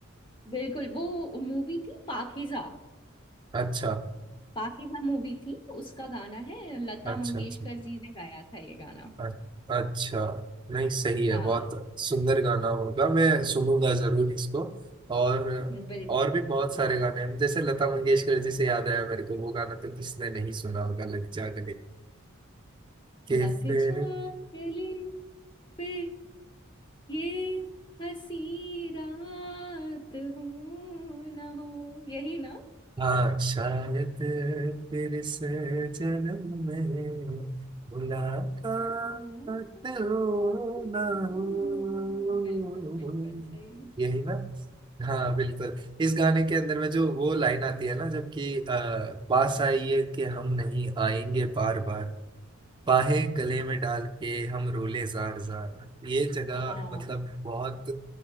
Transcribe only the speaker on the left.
बिल्कुल वो मूवी थी पाकीज़ा
पाकीज़ा मूवी थी उसका गाना है लता
मंगेशकर
जी ने गाया था ये गाना
हाँ
बिल्कुल
लग
जा गले फिर ये हसी रात हो ना हो यही ना
रात
हो ना
हो। बिल्कुल बिल्कुल सही
हाँ